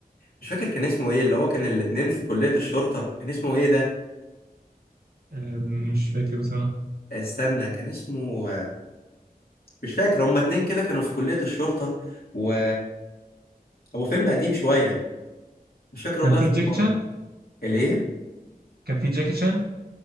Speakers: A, on the left (about 70°); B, on the right (about 80°).
A: مش فاكر كان اسمه ايه اللي هو كان الاتنين في كليه الشرطه كان اسمه ايه ده
B: أم، مش فاكر بصراحه
A: استنى كان اسمه مش فاكر هما اتنين كده كانوا في كلية الشرطة و هو فيلم قديم شوية مش فاكر والله
B: كان في
A: اسمه
B: جاكي
A: خالص
B: شان
A: الايه
B: كان في جاكي شان